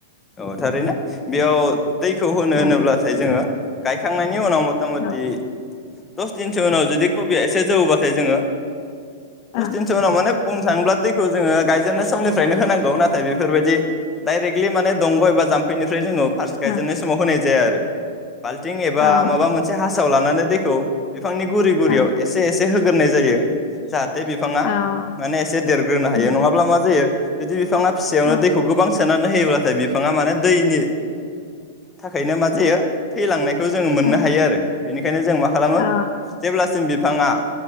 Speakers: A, on the left; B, on the left.
A: औ थारैनो बेयाव दैखौ होनो-होनोब्लाथाय
B: ओं
A: जोङो गायखांनाय नि उनाव मथा-मथि
B: औ
A: दस दिनसो उनाव जुदि कबिया एसे जौवोबाथाय जोङो दस
B: ओं
A: दिनसो उनाव माने बुंनो थाङोब्ला दैखौ जोङो गायजेननाय समनिफ्रायनो होनांगौ नाथाय बेफोरबायदि डायरेक्टलि माने दंग एबा जाम्फैनिफ्राय जोङो फार्स्ट गायजेननाय
B: ओं
A: समाव होनाय जाया आरो। बाल्थिं एबा
B: ओं
A: माबा मोनसे हा साव लानानै दैखौ बिफांनि गुरि-गुरियाव
B: औ ओं
A: एसे-एसे एसे होग्रोनाय जायो जाहा बे बिफाङा
B: औ
A: माने एसे देरग्रोनो हायो
B: उम
A: नङाब्ला मा जायो जुदि बिफाङा फिसायावनो
B: औ
A: दैखौ गोबां <inaudible> होयोब्लाथाय बिफाङा माने दैनि थाखायनो मा जायो थैलांनाय खौ जों मोननो
B: ओं
A: हायो आरो बेनिखायनो जों मा खालामो
B: औ
A: जेब्लासिम बि फाङा